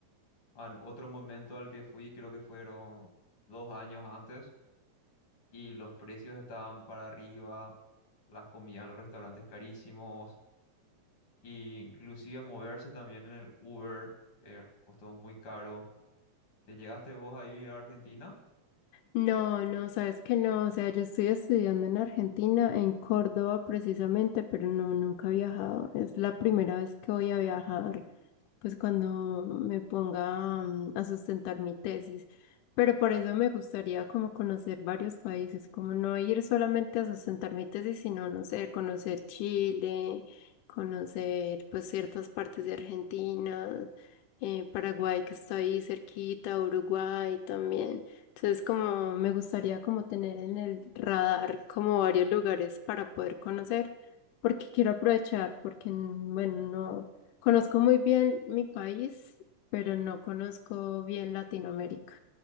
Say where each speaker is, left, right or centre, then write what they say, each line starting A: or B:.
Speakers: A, on the left; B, on the left.
A: Al otro momento al que fui, creo que fueron dos años antes, y los precios estaban para arriba, las comidas en los restaurantes carísimos, e inclusive moverse también en el Uber, eh, costó muy caro. ¿Te llegaste vos a ir a Argentina?
B: No, no, sabes que no, o sea, yo estoy estudiando en Argentina, en Córdoba precisamente, pero no, nunca he viajado. Es la primera vez que voy a viajar. pues cuando me ponga mm, a sustentar mi tesis. Pero por eso me gustaría como conocer varios países, como no ir solamente a sustentar mi tesis, sino, no sé, conocer Chile, conocer pues ciertas partes de Argentina, eh, Paraguay que está ahí cerquita, Uruguay también. Entonces como me gustaría como tener en el radar como varios lugares para poder conocer, porque quiero aprovechar, porque mm, bueno, no. Conozco muy bien mi país, pero no conozco bien Latinoamérica.